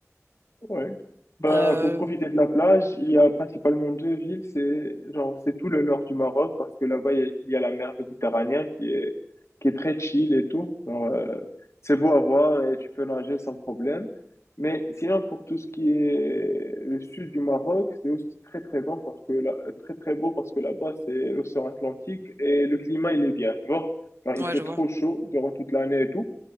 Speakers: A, on the left (about 60°); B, on the right (about 50°).
A: Ouais. Ben,
B: Euh,
A: pour profiter de la plage, il y a principalement deux villes. C'est genre, c'est tout le nord du Maroc parce que là-bas, il y a il y a la mer Méditerranée qui est, qui est très chill et tout. Genre, euh, c'est beau à voir et tu peux nager sans problème. Mais sinon, pour tout ce qui est le sud du Maroc, c'est aussi très très bon parce que là, euh, très très beau parce que là-bas, c'est l'océan Atlantique et le climat, il est bien. Tu vois, genre, il
B: ouais,
A: fait
B: je
A: trop
B: vois.
A: chaud durant toute l'année et tout.